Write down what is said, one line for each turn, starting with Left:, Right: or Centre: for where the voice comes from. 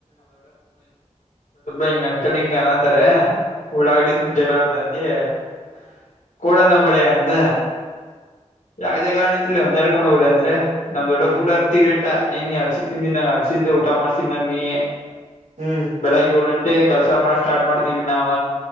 Left: ಹಿಂಗ್ ಅಂಕಲ್ ಹಿಂಗ ಅನಾತರ್. ಉಳ್ಳಾಗಡಿ ಸಂಬಂಧ ಜಗಳಾಡತಿ ಅಂದಿ <unintelligible> ಅಂದ್ ಯಾಕ ಜಗಳಾ ಆಡ್ ಇಲ್ಲ ಒಂದ್ಯಾಡ್ಕೊಂಡ ಹೋಗ್ರ ಅಂದ್ರ ನಮ್ ದೊಡ್ಡಪ್ಪಗೂಡ
Right: ಹ್ಮ್ ಹ್ಮ್
Left: ಅಂತ ತಿಗಿಟ ಏನ್ ನೀ ಅಲ್ಸ ತಿಂದನ್ ಅಲಸಿದ್ದ ಊಟ ಮಾಡ್ಸಿ ನಂಗ ನೀ.
Right: ಹ್ಮ್
Left: ಬೆಳಗ್ ಯೋಳ ಎಂಟ್ ಕೆಲ್ಸ ಮಾಡ ಸ್ಟಾರ್ಟ್ ಮಾಡ್ತೀವಿ ನಾವ